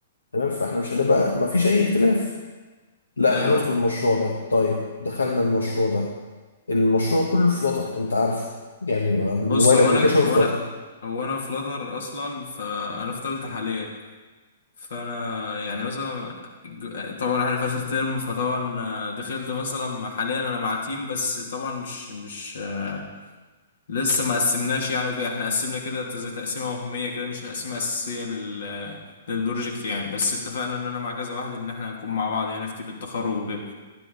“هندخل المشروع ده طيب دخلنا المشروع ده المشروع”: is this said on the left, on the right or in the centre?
Left